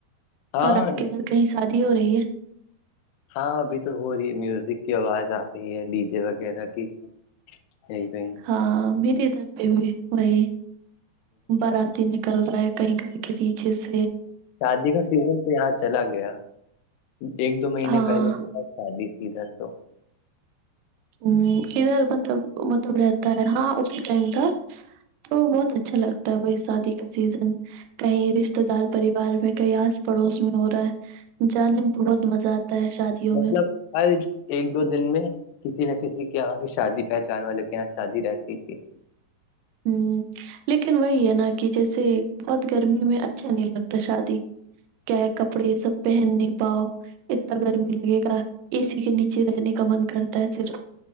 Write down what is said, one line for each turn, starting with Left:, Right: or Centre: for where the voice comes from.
Left: ہاں
Right: اور آپ کے گھر کہیں شادی ہو رہی ہے
Left: ہاں ابھی تو ہو رہی ہے میوزک کی آواز آ رہی ہے ڈی جے وغیرہ کی یہ تو
Right: ہاں مری ادھر پ ہوئی وہی باراتی نکل رہا ہے کہیں کہیں ریچس <unintelligible>
Left: شادی کا سیزن تو یہاں چلا گیا ایک دو مہینے
Right: ہاں
Left: پہلے شادی ت در تو <unintelligible>
Right: ہ ادھر مطلب مطلب رہتا ہے ہاں اسی ٹائم کا تو بہت اچھا لگتا ہے وہی شادی کا سیزن کہیں رشتے دار پریوار میں کہیں آس پڑوس میں ہو رہا ہے جانے میں بہت مزہ آتا ہے شادیوں
Left: مطلب
Right: میں
Left: ہر ایک دو دن میں کسی نہ کسی کے یہاں کی شادی پہچان والوں کے یہاں شادی رہتی تھی
Right: ہوں لیکن وہی ہے نا کہ جیسے بہت گرمی میں اچھا نہیں لگتا شادی کیا کپڑے سب پہن نہیں پاؤ اتنا گرمی لگے گا اے سی کے نیچے رہنے کا من کرتا ہے صرف